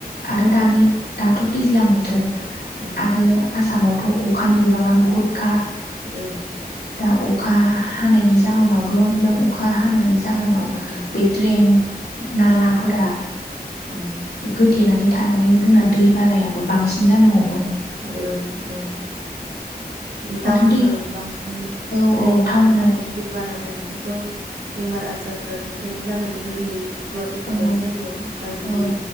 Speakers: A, on the left; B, on the right.
A: आरो दानि दाथ' दैज्लां बोथोर
B: ओं
A: आरो आसामाव थ' अखानि बिबाङा बहुतखा
B: ओ
A: अखा हानायनि जाहोनाव गोबां बिबां अखा हानायनि जाहोनाव
B: उम
A: बे ड्रेन नालाफोरा
B: उम
A: गोथेनानै थानानै जोंना दै बानायाबो बांसिन जानो हम
B: ओं ओं टाउनफोराव
A: आरो दै
B: बांसिन
A: औ
B: ड्रेन
A: औ
B: थानायनि
A: टाउनाव
B: थाखायनो दैबाना बेमार आजारफ्रा बेनिखायनो जानोबो गोरलै। गुवाहाटिफोर
A: औ
B: बायदि जायगायाव गाज्रि
A: औ